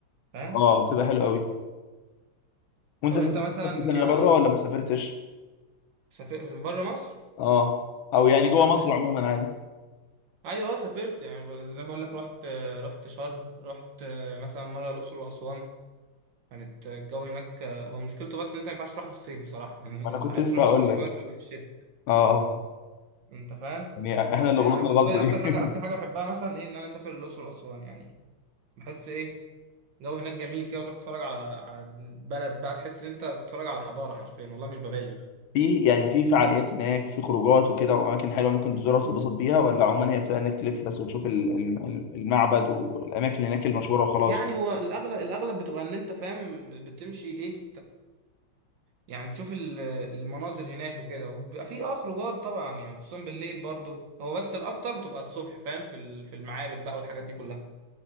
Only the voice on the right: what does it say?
فاهم
طب
انت مثلا
آه،
سافرت بره مصر
لا
لسه
ايوه آه، سافرت يعني ب- زي ما بقول لك رحت آه، رحت شرم رحت آه، مثلا مره الاقصر واسوان كانت الجو هناك آه، هو مشكلته بس ان انت ما ينفعش تروح في الصيف بصراحه يعني
<laughs> اللي
عايز
تروح الاقصر
واسوان
لازم يبقى في الشتاء
انت فاهم
بس
انا
بالنسبه
لي
اكتر حاجه
اكتر حاجه بحبها مثلا ايه ان انا اسافر الاقصر واسوان يعني بحس ايه الجو هناك جميل كده وتروح تتفرج على على بلد بقى تحس ان انت بتتفرج على حضاره حرفيا والله مش ببالغ
يعني هو الاغلب الاغلب بتبقى ان انت فاهم ب- بتمشي ايه يعني تشوف ال- المناظر هناك وكده وبيبقى في اه خروجات طبعا يعني خصوصا بالليل برضو هو بس الاكتر بتبقى الصبح فاهم في ال- في المعابد بقى والحاجات دي كلها